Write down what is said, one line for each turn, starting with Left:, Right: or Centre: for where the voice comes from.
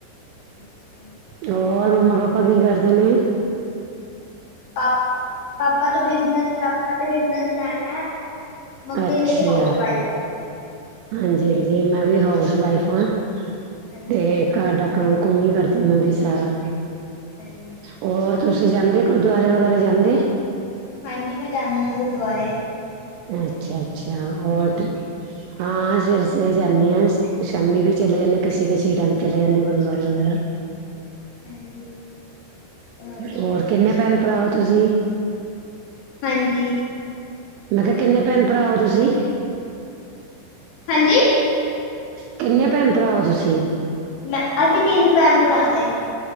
Left: <unintelligible>
Right: ਹੋਰ ਮੰਮਾ ਪਾਪਾ ਕੀ ਕਰਦੇ ਨੇ।
Left: ਪ ਪਾਪਾ ਤੋਂ ਬਿਜ਼ਨਸ ਪਾਪਾ ਤੋਂ ਬਿਜ਼ਨਸਮੈਨ ਐ। ਮੰਮੀ
Right: ਅੱਛਾ
Left: ਮੇਰੀ ਹਾਊਸ ਵਾਈਫ਼ ਐ।
Right: ਹਾਂਜੀ ਹਾਂਜੀ ਮੈਂ ਵੀ ਹਾਊਸ ਵਾਈਫ਼ ਆ,
Left: ਹਾਂਜੀ
Right: ਤੇ ਘਰ ਦਾ ਕੰਮ ਕੁਮ ਹੀ ਕਰਦੀ ਮੈਂ ਵੀ ਸਾਰਾ।
Left: ਹਾਂਜੀ।
Right: ਹੋਰ ਤੁਸੀਂ ਜਾਂਦੇ ਗੁਰਦੁਵਾਰੇ ਵਗੈਰਾ ਜਾਂਦੇ
Left: ਹਾਂਜੀ ਮੈਂ ਜਾਣੀ ਆ ਗੁਰਦੁਵਾਰੇ।
Right: ਅੱਛਾ ਅੱਛਾ ਹੋਰ ਹਾਂ ਸਵੇਰੇ-ਸਵੇਰੇ ਜਾਂਣੀ ਆ ਸ਼ਾਮੀ ਵੀ ਚਲੇ ਜਾਣੇ ਆ ਕਿਸੇ ਕਿਸੇ ਟੈਮ ਚਲੇ ਜਾਣੇ ਆ ਗੁਰਦਆਰੇ ਵਗੈਰਾ
Left: ਹਾਂਜੀ। ਹਮ
Right: ਹੋਰ ਕਿੰਨੇ ਭੈਨ-ਭਰਾ ਓ ਤੁਸੀਂ?
Left: ਹਾਂਜੀ।
Right: ਮੈਂ ਖਿਆ ਕਿੰਨੇ ਭੈਨ-ਭਰਾ ਓ ਤੁਸੀਂ?
Left: ਹਾਂਜੀ?
Right: ਕਿੰਨੇ ਭੈਨ ਭਰਾ ਓ ਤੁਸੀਂ?
Left: ਮੈਂ ਅਸੀਂ ਤਿੰਨ ਭੈਨ ਪੜਾ ਨੇ।